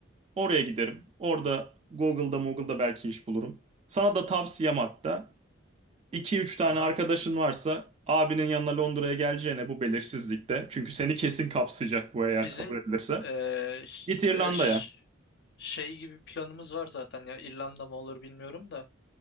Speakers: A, on the right (about 30°); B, on the left (about 60°).
A: Oraya giderim. Orada Google'da Google'da belki iş bulurum. Sana da tavsiyem hatta iki üç tane
B: Aha.
A: arkadaşın varsa abinin yanına Londra'ya geleceğine bu belirsizlikte. Çünkü seni kesin kapsayacak bu eğer
B: Bizim
A: kabul edilirse.
B: eee, ş-
A: Git İrlanda'ya.
B: e, ş- şey gibi planımız var zaten ya İrlanda mı olur bilmiyorum da